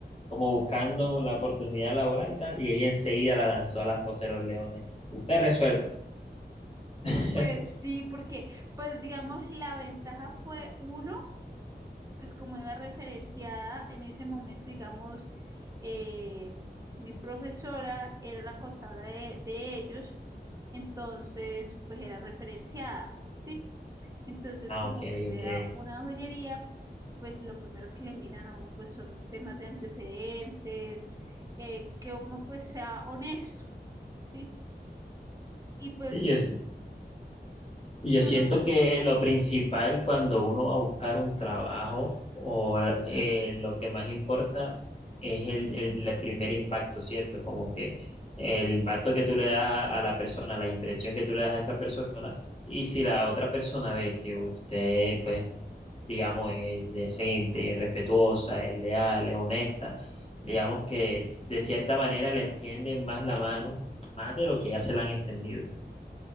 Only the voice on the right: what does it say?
Sí,
Pues sí, porque, pues digamos, la ventaja fue uno, pues como iba referenciada en ese momento, digamos, eh, mi profesora era la contadora de, de ellos, entonces, pues era referenciada, ¿sí? Entonces,
como
pues
era una joyería, pues lo primero que le miran a uno, pues son temas de antecedentes, eh, que uno pues sea honesto, ¿sí? Y
pues,
y
uno,